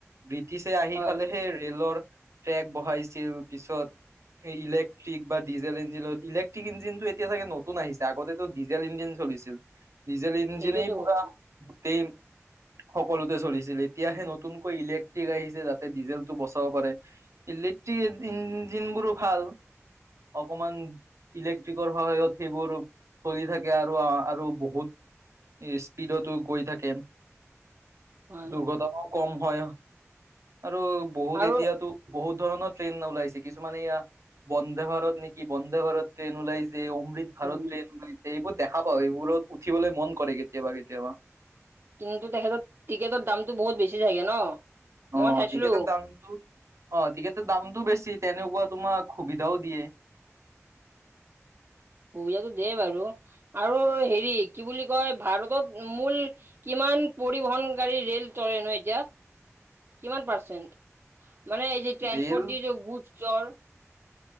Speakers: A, on the right; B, on the right.
A: ব্ৰিটিছে আহি
B: হয়
A: ফালেহে ৰেলৰ ট্ৰেক বঢহাইছিল পিছত ইলেক্ট্ৰিক বা ডিজেল ইঞ্জিনত। ইলেক্ট্ৰিক, ইঞ্জিনতটো এতিয়া চাগে নতুন আহিছে আগতেটো ডিজেল ইঞ্জিন চলিছিল। ডিজেল ইঞ্জিনেই
B: সেইটোৱেতো
A: পৰা
B: কৈছো
A: গোটেই
B: <inaudible>
A: সকলোতে চলিছিল এতিয়াহে নতুনকৈ ইলেক্ট্ৰিক আহিছে যাতে ডিজেলটো বচাব পাৰে ই্ল। ঠিক ইঞ্জিনবোৰো ভাল। অকমান ইলেক্ট্ৰিকৰ সহায়ত সেইবোৰ চলি থাকে আৰু আৰু বহুত স্পীডতো গৈ থাকে।
B: হয়
A: দুৰ্ঘটনাও কম হয়। আৰু বহুত
B: আৰু
A: এতিয়াতো বহুত ধৰণৰ ট্ৰেইন ওলাইছে। কিছুমান এয়া বন্দে ভাৰত নেকি বন্দে ভাৰত ট্ৰেইন ওলাইছে। যে অমৃত ভাৰত
B: উম,
A: ট্ৰেইন এইবোৰ দেখা পাওঁ, এইবোৰত উঠিবলৈ মন কৰে কেতিয়াবা-কেতিয়াবা।
B: কিন্তু তেখেতত টিকেটত দামতটো বহুত বেছি চাগে ন? মই
A: অ
B: চাইছিলো
A: টিকেটৰ দামটো? অ টিকেটৰ দামতটো বেছি তেনেকুৱা তোমাক সুবিধাও দিয়ে।
B: <inaudible> সুবিধাটো দিয়ে বাৰু, আৰু হেৰি কি বুলি কয় ভাৰতত মূল কিমান কিমান পৰিবহনকাৰী ৰেল চলে ন এতিয়া কিমান পাৰ্চেণ্ট? মানে এই যে ট্ৰেন্সপ'ৰ্ট
A: ৰেল
B: দি যে গুড চৰ।